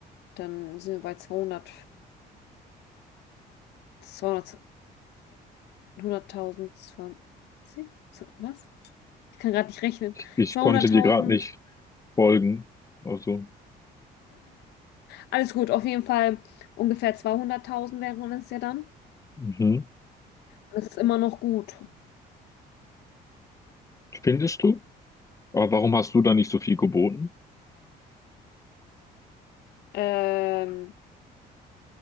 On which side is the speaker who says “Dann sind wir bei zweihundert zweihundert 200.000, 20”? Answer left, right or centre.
Left